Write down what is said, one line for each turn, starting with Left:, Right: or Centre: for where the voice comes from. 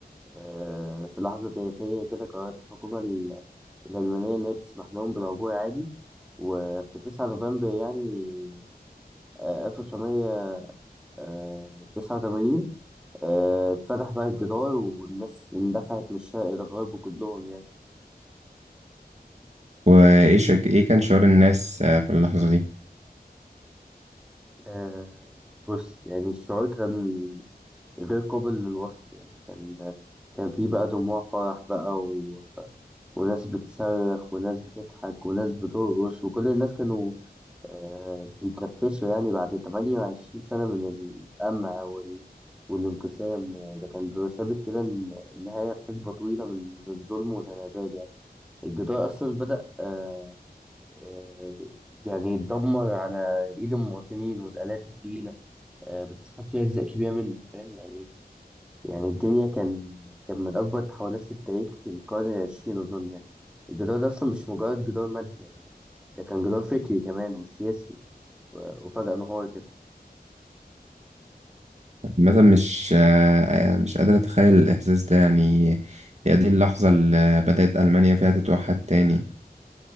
Centre: آه، في لحظة تاريخية كده قررت الحكومة ال- الألمانية إن هي تسمح لهم بالعبور عادي وفي 9 نوفمبر يعني آه، 1989 آه، اتفتح بقى الجدار والناس اندفعت من الشرق للغرب كلهم يعني
Right: وايه شك... ايه كان شعور الناس آه في اللحظة دي
Centre: آه، بص يعني الشعور كان غير قابل للوصف يعني كان كان في بقى دموع فرح بقى و... وناس بتصرخ وناس بتضحك وناس بترقص وكل الناس كانوا آه، بيكرفسوا يعني بعد 28 سنة من القمع وال... والانقسام يعني ده كان بيبقى ثابت كده إن النهاية في حقبة طويلة من من الظلم والانعزال يعني الجدار أصلا بدأ آه آه يعني يتدمر على إيد المواطنين والآلات التقيلة آه بتسحب فيها أجزاء كبيرة منه فاهم يعني يعني الجري كان كان من أكبر التحولات في التاريخ في القرن العشرين أظن يعني الجدار ده أصلا مش مجرد جدار مادي يعني ده كان جدار فكري كمان وسياسي و- وفجأة انهار كده
Right: مثلا مش آه آه، مش قادر اتخيل الاحساس ده يعني هي دي اللحظة اللي بدأت ألمانيا فيها تتوحد تاني